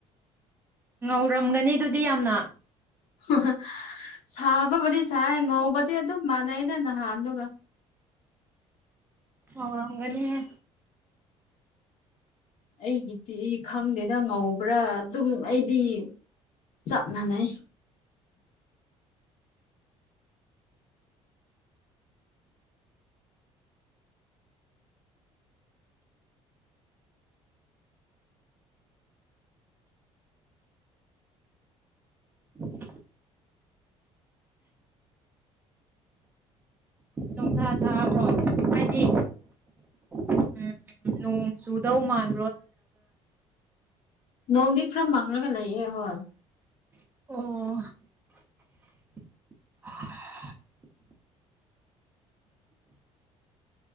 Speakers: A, on the right (about 15°); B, on the left (about 60°).
A: ꯉꯧꯔꯝꯒꯅꯤ ꯑꯗꯨꯗꯤ ꯌꯥꯝꯅ
B: ꯍ ꯁꯥꯕꯕꯨꯗꯤ ꯁꯥꯏ ꯉꯧꯕꯗꯤ ꯑꯗꯨꯝ ꯃꯥꯟꯅꯩꯩꯅ ꯅꯍꯥꯟꯗꯨ
A: ꯍꯧꯥꯔꯝꯒꯅꯤ ꯍꯦ
B: ꯑꯩꯒꯤꯗꯤ ꯈꯪꯗꯦꯅ ꯉꯧꯕ꯭ꯔꯥ ꯑꯗꯨꯝ ꯑꯩꯗꯤ ꯆꯞ ꯃꯅꯩ
A: ꯍꯨꯝ <inaudible> ꯅꯣꯡꯁꯥ ꯁꯥꯥꯕ꯭ꯔꯣ ꯍꯥꯏꯗꯤ ꯎꯝ ꯅꯣꯡꯣꯡ ꯆꯨꯗꯧ ꯃꯥꯥꯟ
B: ꯅꯣꯡꯗꯤ ꯈꯔ ꯃꯪꯉꯒ ꯂꯩꯌꯦꯦ ꯍꯣꯏ
A: ꯑꯣ